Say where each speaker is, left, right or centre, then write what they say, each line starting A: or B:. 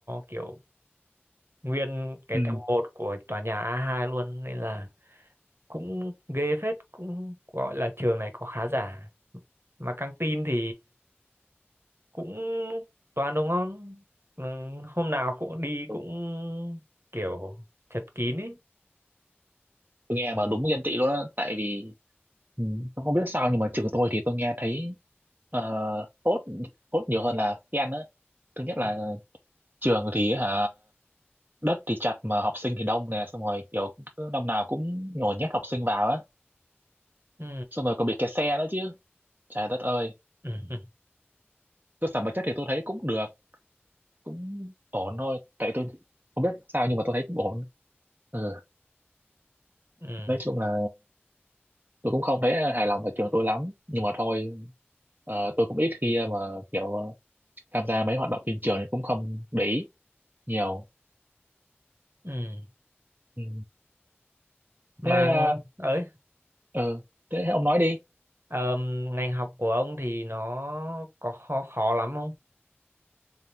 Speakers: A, on the right; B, on the right.
A: kiểu nguyên cái
B: ừ
A: tầng một của tòa nhà A2 luôn nên là cũng ghê phết cũng gọi là trường này có khá giả mà căng tin thì cũng toàn đồ ngon ừ, hôm nào cũng đi
B: đúng.
A: cũng kiểu chật kín ấy
B: tôi nghe mà đúng ghen tị luôn á tại vì ừ, tôi không biết sao nhưng mà trường tôi thì tôi nghe thấy ờ, tốt tốt nhiều hơn là ghen á thứ nhất
A: À,
B: là trường thì hả đất thì chặt mà học sinh thì đông nè xong rồi kiểu cứ năm nào cũng nhồi nhét học sinh vào á
A: ừ,
B: xong rồi còn bị kẹt xe nữa chứ trời đất ơi
A: ừ, <laughs>
B: cơ sở vật chất thì tôi thấy cũng được cũng ổn thôi tại tôi không biết sao nhưng mà tôi thấy cũng ổn ừ.
A: ừ,
B: nói chung là tôi cũng không thấy hài lòng ở trường tôi lắm nhưng mà thôi ờ, tôi cũng ít khi mà kiểu tham gia mấy hoạt động trên trường thì cũng không để ý nhiều
A: ừ.
B: ừ.
A: mà
B: thế ờ,
A: ấy
B: ừ. thế ông nói đi
A: ờm, ngành học của ông thì nó có khó khó lắm không